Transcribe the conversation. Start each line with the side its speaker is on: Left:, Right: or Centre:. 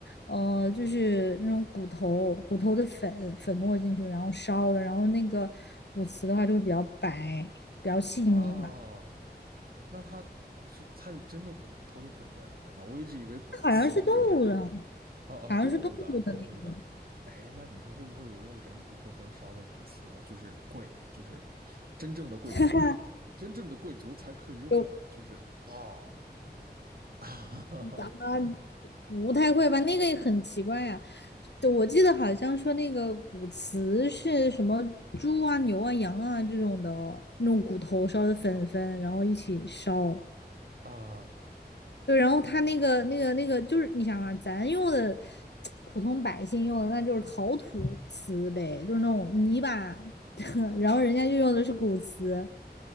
Left: 呃，就是那种骨头骨头的粉粉末进去，然后烧的，然后那个骨瓷的话就会比较白，比较细腻吧。
Right: 啊，那他是他有真的骨头的粉在里面吗？我一直以为骨瓷就是是
Left: 好像是动物的，
Right: 哦哦，
Left: 好像是动物的那种，
Right: 动物的，动物的。哎，那你说会不会有用人骨头焚烧的骨瓷就是贵，就是真正的贵族，
Left: <laughs> 哈哈，
Right: 真正的贵族才可以用的，
Left: 有
Right: 就是啊 <laughs>
Left: 咱们不太会吧？那个也很奇怪呀、对我记得好像说那个骨瓷是什么猪啊、牛啊、羊啊这种的哦那种骨头烧的粉粉，然后一起烧。
Right: 啊
Left: 对，然后他那个那个那个就是你想嘛，咱用的普通百姓用的那就是陶土瓷呗，就是那种泥巴，<laughs> 然后人家就用的是古瓷，